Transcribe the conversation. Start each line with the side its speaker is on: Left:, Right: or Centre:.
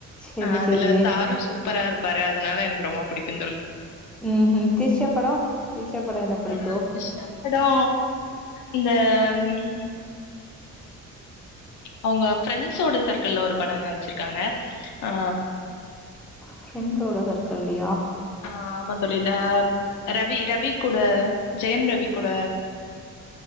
Centre: செரி
Left: ஆ அதுல
Centre: செரி
Left: சாரு சூப்பரா இருப்பாரு அதனால எனக்கு ரொம்ப பிடிக்கு தோழி
Centre: ம் ஹிம் திரிஷா படொ திரிஷா படொ என்ன புடிக்கு
Left: அ திரிஷா படோ இந்த ம் அவங்க ஃபரெண்ஸ்ஸோட சர்க்கிள்ல ஒரு படொ நடிச்சிருக்காங்க ஆ
Centre: ஃப்ரெண்டோட சர்க்கிள்லையா
Left: ஆ ஆமா தோழி ல ரவி ரவி கூட ஜெயம் ரவி கூட